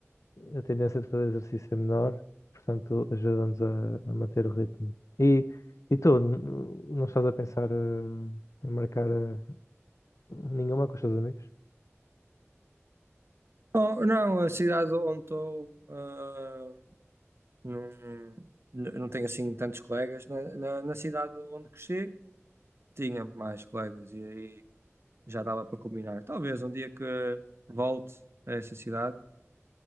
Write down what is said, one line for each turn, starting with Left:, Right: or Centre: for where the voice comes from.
Left: a tendência de fazer exercício é menor, portanto, ajuda-nos a, a manter o ritmo. E, e tu, n- não estás a pensar eh, em marcar eh, nenhuma com os teus amigos?
Right: Oh, não, a cidade onde estou, ah, não, n- não tenho assim tantos colegas. Na, na, na cidade onde cresci, tinha mais colegas. E aí já dava para combinar. Talvez um dia que volte a essa cidade,